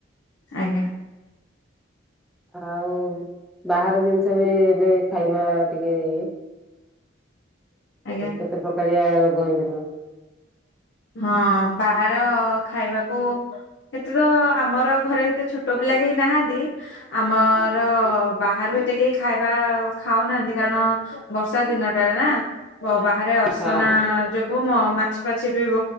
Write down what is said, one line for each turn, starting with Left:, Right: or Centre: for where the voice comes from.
Left: ଆଜ୍ଞା।
Centre: ଆଉ ବାହାର ଜିନିଷ ବି ଏବେ ଖାଇବା ଟିକେ ଇଏ
Left: ଆଜ୍ଞା।
Centre: କେତେ ପ୍ରକାରିଆ ରୋଗ ହେଇପାରିବ।
Left: ହଁ ବାହାର ଖାଇବାକୁ ହେ ତ ଆମର ଘରେ ଏତେ ଛୋଟ ପିଲା କେହି ନାହାନ୍ତି। ଆମର ବାହାରୁ ଏତ କେହି ଖାଇବା ଖାଉନାହାନ୍ତି କାରଣ ବର୍ଷା ଦିନଟା ନା ବାହାରେ ଅସନା
Centre: ହଁ
Left: ଯୋଗୁ ମ ମା ଛି ବି ବ